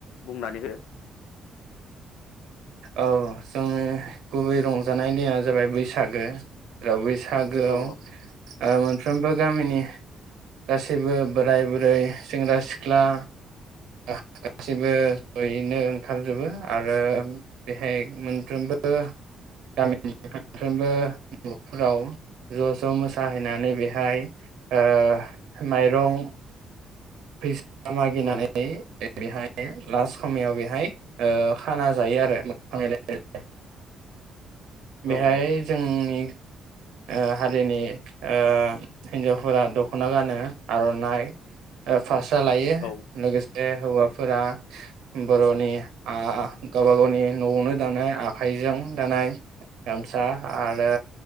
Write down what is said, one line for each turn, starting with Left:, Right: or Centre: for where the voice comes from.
Left: बुंनानै हो।
Right: औ जोंनि गुबै रंजानाय दिङा जाबाय बैसागो बै बैसागोआव।
Left: औ
Right: ओ मोनफ्रोमबो गामिनि गासैबो बोराय बुरै सेंग्रा सिख्ला। गा <unintelligible> सैबो जयैनो ओंखारजोबो, आरो बेहाय मोनफ्रोमबो गामिनि मोनफ्रोमबो नखफोराव ज ज मोसाहैनानै बेहाय ओ माइरं फिस मागिनानै
Left: औ
Right: बेहाय लास्ट समाव बेहाय ओ खाना जायो आरो मोगा-मोगि। बेहाय
Left: औ औ
Right: जोंनि ओ हारिनि, ओ हिन्जावफोरा दखना गानो आरनाइ ओ फास्रा लायो
Left: औ
Right: लोगोसे हौवाफोर फोरा बरनि आ गावबा गावनि नआवनो दानाय आखाइजों दानाय गामसा आरो